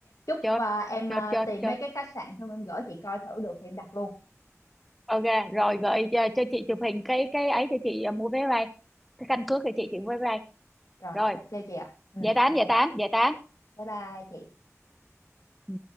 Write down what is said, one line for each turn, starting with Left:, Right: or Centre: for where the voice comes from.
Left: chúc
Centre: chốt
Left: à, em
Centre: chốt
Left: à,
Centre: chốt
Left: tìm
Centre: chốt
Left: mấy cái khách sạn xong em gửi chị coi thử được thì em đặt luôn
Centre: ok rồi gửi cho, cho chị chụp hình cái cái ấy cho chị à, mua vé máy bay cái căn cước cho chị chị mua vé máy bay
Left: rồi
Centre: rồi
Left: ok chị ạ ừ
Centre: giải tán
Left: ok
Centre: giải tán giải tán
Left: bye bye chị
Centre: Ừ.